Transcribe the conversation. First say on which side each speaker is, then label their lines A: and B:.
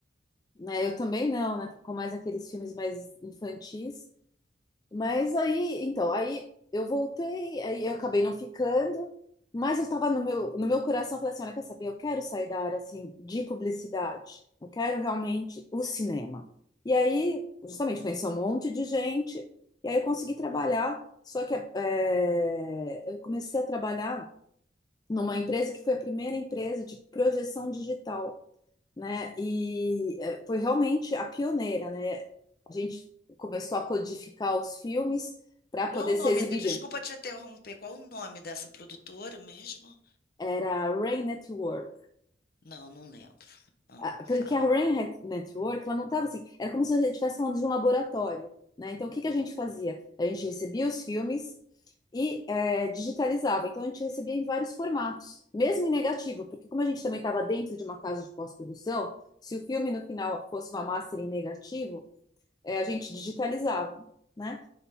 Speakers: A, on the left; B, on the left.
A: Né, Eu também não, né? Ficou mais aqueles filmes mais infantis. Mas aí, então, aí eu voltei, aí eu acabei não ficando, mas eu estava no meu, no meu coração, eu falei assim, olha, quer saber, eu quero sair da área, assim, de publicidade, eu quero realmente o cinema. E aí, justamente, conheci um monte de gente, e aí eu consegui trabalhar, só que eh, eu comecei a trabalhar numa empresa que foi a primeira empresa de projeção digital né? E eh, foi realmente a pioneira, né? A gente começou a codificar os filmes para
B: Qual
A: poder
B: é o nome?
A: ser exibido.
B: Desculpa te interromper. Qual é o nome dessa produtora mesmo?
A: Era a Ray Network.
B: Não, não lembro. Ah,
A: Ah,
B: fala.
A: Porque a Ray Net- Network, ela não estava assim, era como se você estivesse falando de um laboratório, né? Então, o que que a gente fazia? A gente recebia os filmes e eh, digitalizava. Então, a gente recebia em vários formatos, mesmo em negativo, porque como a gente também estava dentro de uma casa de pós-produção, se o filme no final fosse uma master em negativo, é, a gente digitalizava, né?